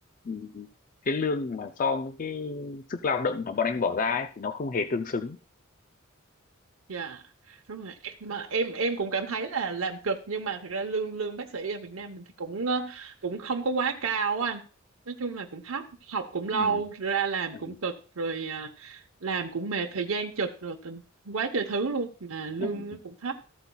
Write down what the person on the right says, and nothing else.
Dạ đúng rồi mà em em cũng cảm thấy là làm cực nhưng mà thực ra lương lương bác sĩ ở Việt Nam mình thì cũng ờ, cũng không có quá cao á anh nói chung là cũng thấp học cũng lâu
ra làm
cũng cực rồi à, làm cũng mệt thời gian chật rồi tình quá trời thứ luôn mà lương
nó cũng thấp